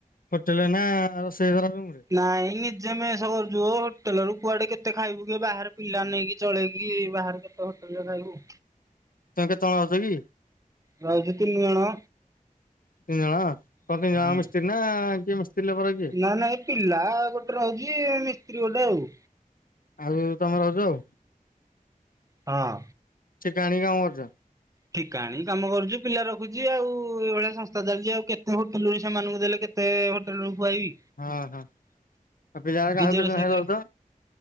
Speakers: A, on the left (about 80°); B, on the right (about 25°).
A: ହୋଟେଲ ନା ରୋଷେଇ କଲ ରୁମ ରେ?
B: ନାଇଁ ନିଜେ ମେଷ କରୁଚୁ ଓ ହୋଟେଲ ରୁ କୁଆଡେ କେତେ ଖାଇବୁ କିଏ ବାହାରେ ପିଲା ନେଇକି ଚଳେଇକି ବାହାର କେ କେତେ ହୋଟେଲ ରେ ଖାଇବୁ?
A: ତମେ କେତେ ଜଣ ଅଛ କି?
B: ରହୁଚୁ ତିନ ଜଣ।
A: ତିନି ଜଣ କଣ ତିନି ଜଣ
B: ହୁଁ।
A: ମିସ୍ତ୍ରୀ ନା କିଏ ମିସ୍ତ୍ରୀ ଲୋକ ରହି
B: ନା ନା ନାଇଁ ପିଲା ଗୋଟେ ରହୁଚି ମିସ୍ତ୍ରୀ ଗୋଟେ ଆଉ।
A: ଆଉ ତମେ ରହୁଚ ଆଉ।
B: ହଁ।
A: ଠିକା ଆଣି କାମ କରୁଚ?
B: ଠିକା ଆଣି କାମ କରୁଚୁ ପିଲା ରଖୁଚି ଆଉ। ଏଇ ଭଳିଆ ସଂସ୍ଥା ଚାଲିଚି ଆଉ କେତେ ହୋଟେଲୁ ସେମାନଙ୍କୁ ଦେଲେ କେତ ତେ ହୋଟେଲ ରୁ ଖୁଆଇବି।
A: ହଁ ହଁ ଆଉ ପିଲା କାହାକୁ
B: ନିଜେ
A: କେତେ
B: ରୋଷେଇ
A: ନେଖା ଦଉଚ?
B: କରି